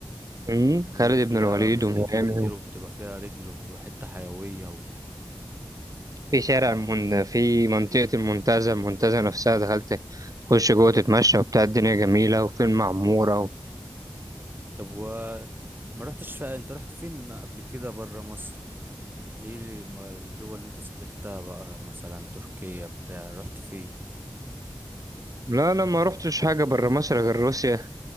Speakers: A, on the right; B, on the right.
A: أمم،
B: بيقول
A: خالد
B: لك فيها
A: بن الوليد
B: مصيفين
A: وميامي
B: كتير وبتبقى فيها رجل وحتة حيوية و...
A: في شارع من... في منطقة المنتزه المنتزه نفسها دخلت تخش جوه تتمشى وبتاع الدنيا جميلة وفي المعمورة و...
B: طب و ما رحتش ف... انت رحت فين قبل كده برا مصر ايه الم- الدول اللي انت سافرتها بقى مثلا تركيا بتاع رحت فين
A: لا انا ما رحتش حاجة بره مصر غير روسيا